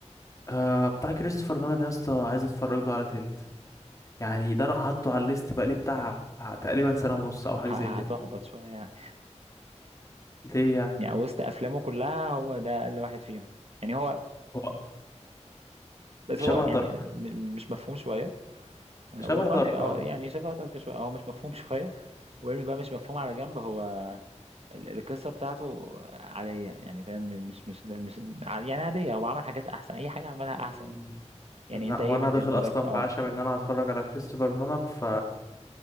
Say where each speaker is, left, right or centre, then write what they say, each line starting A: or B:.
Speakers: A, on the left (about 25°); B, on the right (about 55°).
A: آه بتاع كريستوفر نولان يا اسطى عايز اتفرج له على تنت يعني ده انا حاطه على الليست بقى لي بتاع تقريبا سنة ونص او حاجة
B: هتحبط
A: زي كده
B: شويه يعني
A: ليه يعني
B: يعني وسط افلامه كلها هو ده اقل واحد فيهم يعني هو
A: هو
B: بس هو
A: شبه
B: يعني
A: دارك
B: م- مش مفهوم شوية آه،
A: شبه
B: والله
A: دارك
B: اه يعني شبه دارك شوية هو مش مفهوم شوية ويرمي بقى مش مفهوم على جنب هو ال- القصة بتاعته عادية يعني فاهم مش مش مش يعني عادية هو عمل حاجات أحسن أي حاجة عملها أحسن
A: اه
B: يعني يعني
A: لا
B: أنت إيه
A: هو انا
B: بالنسبة
A: داخل اصلا
B: لك اه
A: بعشم ان انا هتفرج على كريستوفر نولان ف